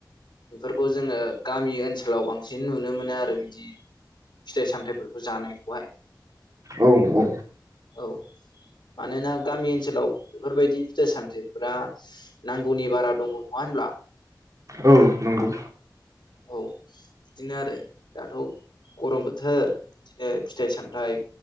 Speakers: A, on the left; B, on the right.
A: फोरखौ जोङो गामि ओनसोलाव बांसिन नुनो मोनो आरो बिदि फिथाइ सामथायाइफोरखौ जानायखौहाय
B: औ
A: औ मानोना गामि ओनसोलाव बेफोरबायदि फिथाइ सामथाय फ्रा नांगौनि बारा दङ नङा होनब्ला
B: औ नोंगौ
A: औ बिदिनो आरो दाथ' गरम बोथोर बिदिनो फिथाइ सामथाइ